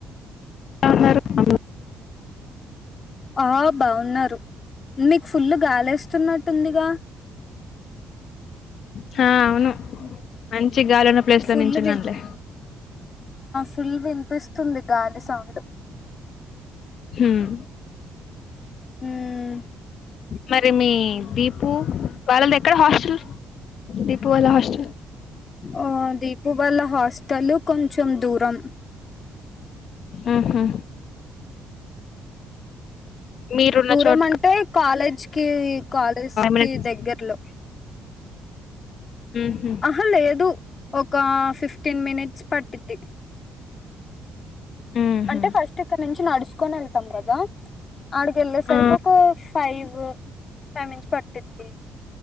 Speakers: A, on the left (about 60°); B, on the left (about 45°).
A: బోనారు అందరూ
B: ఆ బావున్నరు మీకు ఫుల్లు గాలేస్తున్నట్టుందిగా
A: హ అవును మంచి గాలున్న ప్లేస్
B: ఫుల్
A: లో నుంచున్నాలే
B: ఫుల్గా వినిపిస్తుంది గాలి సౌండు
A: హామ్
B: హమ్మ్
A: మరి మీ దీపు వాళ్ళది ఎక్కడ హాస్టల్ దీపు వాళ్ళ హాస్టల్
B: ఆ దీపు వాల్ల హాస్టల్ కొంచెం దూరం
A: ఆహా మీరున్న
B: దూరం
A: చోటుక
B: అంటే కాలేజ్ కి కాలేజ్ కి
A: మినిట్స్
B: దగ్గర్లో
A: ఉహు.
B: అహా లేదు ఒక ఫిఫ్టీన్ మినిట్స్ పట్టిద్ది
A: ఉహు.
B: అంటే ఫస్ట్ ఇక్కడ నుంచి నడుచకొని వెళ్తాం కదా ఆడికి వెళ్ళేసరికి
A: ఆ
B: ఒక ఫైవ్ ఫైవ్ మినిట్స్ పట్టింది